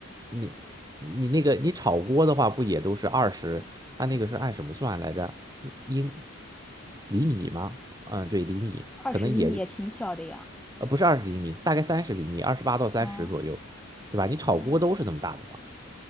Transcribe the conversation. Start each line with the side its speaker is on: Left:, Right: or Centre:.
Right: 你你那个你炒锅的话不也都是二十？它那个是按什么算来着？英厘米吗？嗯，对，厘米可能也就
Centre: 二十厘米也挺小的呀。
Right: 呃不是二十厘米，大概三十厘米，二十八到三十左右，
Centre: 啊。
Right: 对吧？你炒锅都是那么大的嘛。
Centre: 嗯。